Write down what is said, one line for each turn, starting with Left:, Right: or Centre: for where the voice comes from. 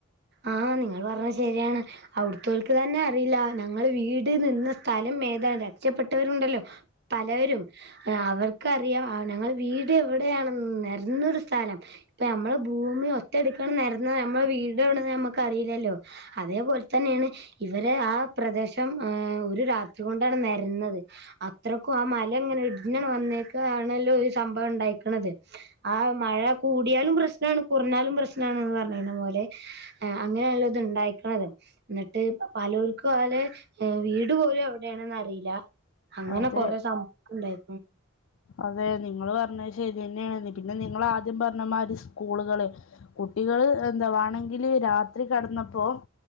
Right: ആ നിങ്ങൾ പറഞ്ഞത് ശെരിയാണ് അവിട്ത്തോൽ. എനിക്ക് തന്നെ അറിയില്ല ഞങ്ങൾ വീട് നിന്ന സ്ഥലം മേതാനം രക്ഷപ്പെട്ടവരുണ്ടല്ലോ. പലവരും അവർക്കറിയാം ഞങ്ങൾ വീട് എവിടെയാണ നിരഞ്ഞൊരു സ്ഥലം ഇപ്പ നമ്മള ഭൂമി. ഒറ്റ <unintelligible> നിരന്ന നമ്മുടെ വീട്. <unintelligible> നറില്ലല്ലോ അതേപോലെ തന്നെയാണ് ഇവര് ആ പ്രദേശം ഒരു രാത്രി കൊണ്ടാണ്അതു നരന്നത് അത്രക്കും ആ മലങ്ങനെ ഇടിഞ്ഞ് വന്നേക്കാം ആണല്ലോ ഈസംഭവം. ണ്ടുന്നത് ആ മഴ കൂടിയാലും പ്രശ്നമാണ് കുറഞ്ഞാലും പ്രശ്നണ് <unintelligible> ആ അങ്ങനെയള്ളത് ഉണ്ടായി എന്നിട്ട് പലൂർക്കും പോലെ വീട് പോലും എവിടെയാണന്ന് അറിയില്ല അങ്ങനെ
Left: അതെ
Right: കൊറെ സംഭവ ഇണ്ടായി
Left: അതെ നിങ്ങള് പറഞ്ഞ ശരി തന്നെയാണ് പിന്നെ നിങ്ങ ആദ്യം പറഞ്ഞമാരി സ്കൂളുകള് കുട്ടി കുട്ടികള് എന്താവാേണെങ്കില് രാത്രി കടന്നപ്പോ